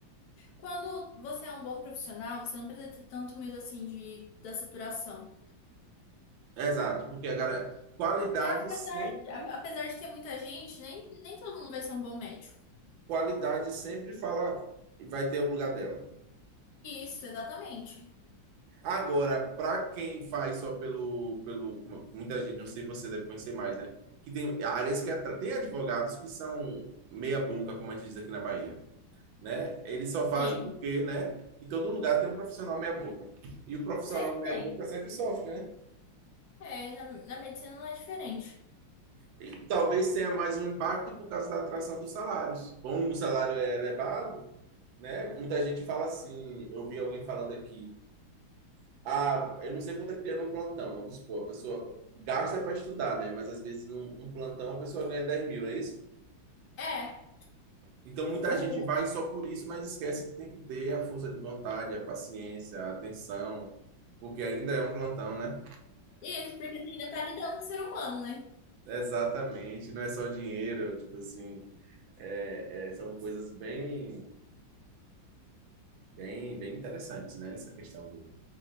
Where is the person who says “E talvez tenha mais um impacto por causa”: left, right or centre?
Right